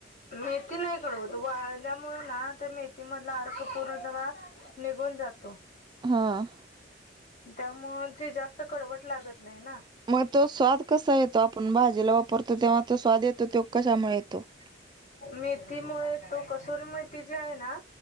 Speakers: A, on the left; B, on the right.
A: मेथी नाही कडवत वाळल्यामुळे ना, त्या मेथी मधला अर्क पूर्ण सगळा. निघून जातो.
B: हां.
A: त्यामुळे ते जास्त कडवट लागत नाही ना.
B: मग तो स्वाद कसा येतो आपण, भाजीला वापरतो तेव्हा तो स्वाद येतो तो कशामुळे येतो. ‌
A: मेथीमुळे तो कस्तुरी, मेथी जी आहे ना.